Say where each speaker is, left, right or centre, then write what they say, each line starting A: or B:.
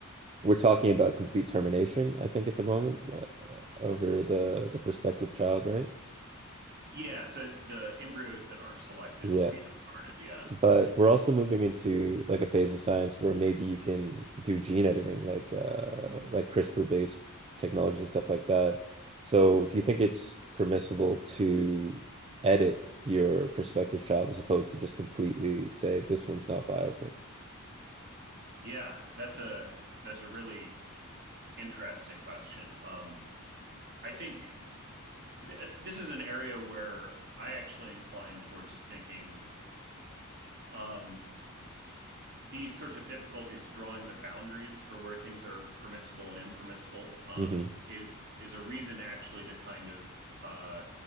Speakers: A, on the right (about 25°); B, on the right (about 50°).
A: we're talking about complete termination, I think, at the moment, uh, uh, over the the prospective child, right?
B: Yeah, so the embryos that aren't selected
A: Yeah.
B: would be discarded. Yeah.
A: But we're also moving into like a phase of science where maybe you can do gene editing, like uh,
B: Mm.
A: like CRISPR-based technology and stuff like that. So, do you think it's permissible to edit your prospective child as opposed to just completely say this one's not viable?
B: Yeah, that's a that's a really interesting question. Um, I think th uh, this is an area where I actually incline towards thinking um, these sorts of difficulties drawing the boundaries for where things are permissible and impermissible um,
A: hmm
B: is is a reason actually to kind of uh,